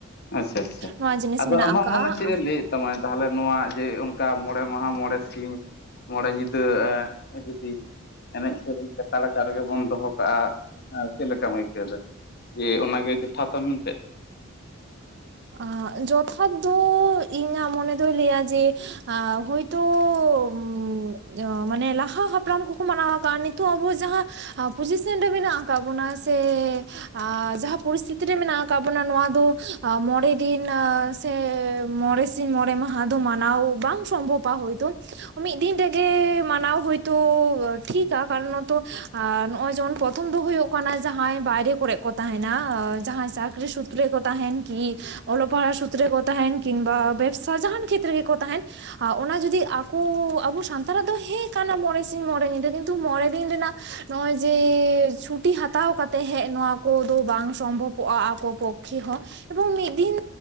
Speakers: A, on the left (about 50°); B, on the right (about 55°).
A: ᱟᱪᱪᱷᱟ ᱟᱪᱪᱷᱟ
B: ᱱᱚᱣᱟ ᱡᱤᱱᱤᱥ
A: ᱟᱫᱚ
B: ᱢᱮᱱᱟᱜ
A: ᱟᱢᱟᱜ
B: ᱟᱠᱟᱜᱼᱟ
A: ᱢᱚᱱᱮ ᱪᱮᱫ ᱮ ᱞᱟᱹᱭᱮᱫ- ᱛᱟᱢᱟᱭ ᱛᱟᱦᱚᱞᱮ ᱱᱚᱣᱟ ᱡᱮ ᱚᱱᱠᱟ ᱢᱚᱬᱮ ᱢᱟᱦᱟ ᱢᱚᱬᱮ ᱥᱤᱧ ᱢᱚᱬᱮ ᱧᱤᱫᱟᱹ ᱼᱟ <unintelligible> ᱮᱱᱮᱡ ᱥᱮᱨᱮᱧ ᱞᱮᱛᱟᱲ ᱟᱠᱟ ᱨᱮᱜᱮ ᱵᱚᱱ ᱫᱚᱦᱚ ᱠᱟᱜᱼᱟ, ᱟᱨ ᱪᱮᱫ ᱞᱮᱠᱟᱢ ᱟᱹᱭᱠᱟᱹᱣ ᱮᱫᱟ? ᱡᱮ ᱚᱱᱟ ᱜᱮ ᱡᱚᱛᱷᱟᱛᱼᱟ ᱢᱮᱱᱛᱮ?
B: ᱟ ᱡᱚᱛᱷᱟᱛ ᱫᱚᱻ ᱤᱧᱟᱹᱜ ᱢᱚᱱᱮ ᱫᱚᱭ ᱞᱟᱹᱭᱟ ᱡᱮ ᱟᱻᱦᱚᱭ-
A: <inaudible>
B: ᱩᱸᱻ ᱢᱟᱱᱮ ᱞᱟᱦᱟ ᱦᱟᱯᱲᱟᱢ ᱠᱚᱠᱚ ᱢᱟᱱᱟᱣ ᱟᱠᱟᱜᱼᱟ, ᱱᱤᱛᱚᱜ ᱟᱵᱚ ᱡᱟᱦᱟᱸ ᱯᱚᱡᱤᱥᱮᱱ ᱨᱮ ᱢᱮᱱᱟᱜᱼᱟ, ᱠᱟᱜ ᱵᱚᱱᱟ ᱥᱮ ᱟᱻ ᱡᱟᱦᱟᱸ ᱯᱚᱨᱤᱥᱛᱷᱤᱛᱤ ᱨᱮ ᱢᱮᱱᱟᱜ ᱟᱠᱟᱫ ᱵᱚᱱᱟ ᱱᱚᱣᱟ ᱫᱚ ᱟ ᱢᱚᱬᱮ ᱫᱤᱱ ᱥᱮ ᱢᱚᱬᱮ ᱥᱤᱧ ᱢᱚᱬᱮ ᱢᱟᱦᱟ ᱫᱚ ᱢᱟᱱᱟᱣ ᱵᱟᱝ ᱥᱚᱢᱵᱷᱚᱵ ᱟ ᱦᱚᱭᱛᱚ ᱢᱤᱫ ᱫᱤᱱ ᱛᱮᱜᱮ ᱢᱟᱱᱟᱣ ᱦᱳᱭᱛᱳ ᱴᱷᱤᱠᱟ ᱠᱟᱨᱚᱱ ᱛᱚ ᱱᱚᱜᱼᱚᱭ ᱡᱮᱢᱚᱱ ᱯᱨᱚᱛᱷᱚᱢ ᱫᱚ ᱦᱳᱭᱳᱜ ᱠᱟᱱᱟ ᱡᱟᱦᱟᱸᱭ ᱵᱟᱭᱨᱮ ᱠᱚᱨᱮᱫ ᱠᱚ ᱛᱟᱦᱮᱱᱟ ᱡᱟᱦᱟᱸᱭ ᱪᱟᱠᱨᱤ ᱥᱩᱛᱨᱮ ᱠᱚ ᱛᱟᱦᱮᱱ ᱠᱤ ᱚᱞᱚᱜ ᱯᱟᱲᱦᱟᱜ ᱥᱩᱛᱨᱚ ᱠᱚ ᱛᱟᱦᱮᱱ ᱠᱤᱱᱵᱟ ᱵᱮᱵᱥᱟ ᱡᱟᱦᱟᱱ ᱠᱷᱮᱛᱨᱮ ᱜᱮᱠᱚ ᱛᱟᱦᱮᱱ ᱟ ᱚᱱᱟ ᱡᱩᱫᱤ ᱟᱠᱚ ᱟᱵᱚ ᱥᱟᱱᱛᱟᱲᱟᱜ ᱫᱚ ᱦᱮᱸ ᱠᱟᱱᱟ ᱢᱚᱬᱮ ᱥᱤᱧ ᱢᱚᱬᱮ ᱧᱤᱫᱟᱹ ᱠᱤᱱᱛᱩ ᱢᱚᱬᱮ ᱫᱤᱱ ᱨᱮᱱᱟᱜ ᱱᱚᱜᱼᱚᱭ ᱡᱮ ᱪᱷᱩᱴᱤ ᱦᱟᱛᱟᱣ ᱠᱟᱛᱮ ᱦᱮᱜ ᱱᱚᱣᱟ ᱠᱚᱫᱚ ᱵᱟᱝ ᱥᱚᱢᱵᱷᱚᱵᱚᱜᱼᱟ ᱟᱠᱚ ᱯᱚᱠ ᱠᱷᱮ ᱦᱚᱸ ᱮᱵᱚᱝ ᱢᱤᱫ ᱫᱤᱱ